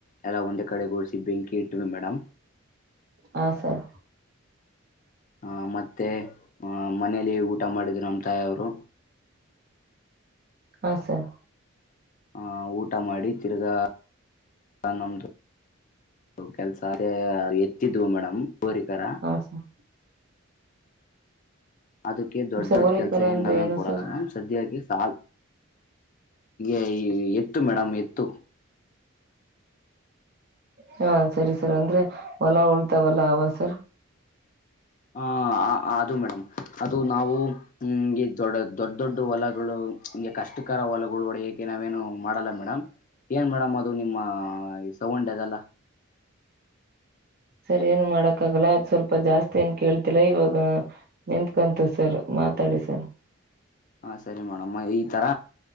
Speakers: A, on the left; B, on the right.
A: ಎಲ್ಲಾ ಒಂದೇ ಕಡೆ ಗೂಡಿಸಿಿ ಬೆಂಕಿ ಇಟ್ವಿ ಮೇಡಮ್.
B: ಹಾ ಸರ್.
A: ಆ ಮತ್ತೆ ಆ ಮನೇಲಿ ಊಟ ಮಾಡಿದ್ರು ನಮ್ಮ ತಾಯಿ ಅವ್ರು.
B: ಹಾ ಸರ್.
A: ಆ ಊಟ ಮಾಡಿ ತಿರ್ಗಾ ನಮ್ದು ಕೆಲ್ಸ ಅ ಎತ್ತಿದ್ವು ಮೇಡಮ್. ಹೋರಿ ಕರ.
B: ಹಾ ಸರ್ ಹಾ
A: ಅದಕ್ಕೆ ದೊಡ್ಡ
B: ಸರ್ ಸರ್
A: ದೊಡ್ಡ
B: ಹೋಲಿಕರ
A: ಕೆಲ್ಸ ಏನ್
B: ಅಂದ್ರೆ
A: ನಾವೇನ್
B: ಏನು
A: ಕೊಡಲ್ಲ
B: ಸರ್
A: ಸದ್ಯಾಗಿ ಆ ಎ ಎತ್ತು ಮೇಡಮ್ ಎತ್ತು.
B: ಹಾ ಸರಿ ಸರ್ ಅಂದ್ರೆ ಹೊಲ ಉಳ್ತಾವಲ್ಲ ಅವಾ ಸರ್.
A: ಹಾ ಹ ಅ ಅದು ಮೇಡಮ್ ಅದು ನಾವು ಹ್ಮ್ <unintelligible> ದೊಡ್ಡ ದೊಡ್ಡ ಹೊಲಗಳು ಚ ಹೀಗೆ ಕಷ್ಟಕರ ಹೊಲಗಳು ಹೊಡೆಯೋಕ್ಕೆ ನಾವೇನು. ಮಾಡಲ್ಲ ಮೇಡಮ್. ಏನ್ ಮೇಡಮ್ ಅದು ನಿಮ್ಮ ಸೌಂಡ ಅದೆಲ್ಲ.
B: ಸರ್ ಏನು ಮಾಡಕ್ಕಾಗಲ್ಲ ಅದ ಸ್ವಲ್ಪ ಜಾಸ್ತಿ ಏನ್ ಕೇಳ್ತಿಲ್ಲ ಇವಾಗ ನಿಂತ್ಕಂತು ಸರ್ ಮಾತಾಡಿ ಸರ್.
A: ಹಾ ಸರಿ ಮೇಡಮ್ ಈ ತರ.